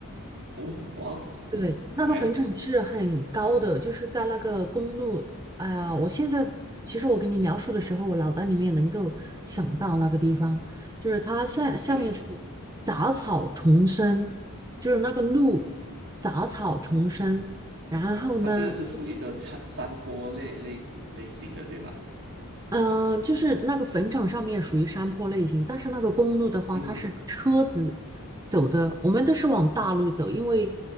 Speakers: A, on the right; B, on the right.
A: 哦，哇，
B: 对，那个坟场是很高的，
A: 来了，
B: 就是在那个公路。哎呀，我现在其实我跟你描述的时候，我脑袋里面能够想到那个地方，就是它下下面是
A: 对，
B: 杂草丛生，就是那个路杂草丛生，然后呢，
A: 它就是这属于一个山山坡类类似类型的，对吧？
B: 嗯、呃就是那个坟场上面属于山坡类型，但是那个公路的话，
A: 嗯哼，
B: 它是车子走的，我们都是往大路走，因为